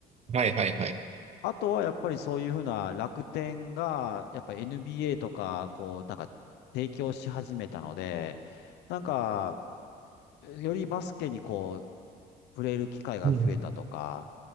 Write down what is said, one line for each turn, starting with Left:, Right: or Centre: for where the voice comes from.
Right: はいはいはい。
Left: あとはやっぱりそういうふうな楽天が、やっぱ NBA とか、こう、なんか提供し始めたので、なんか、よりバスケにこう、触れる機会が増えたとか、
Right: うんうん。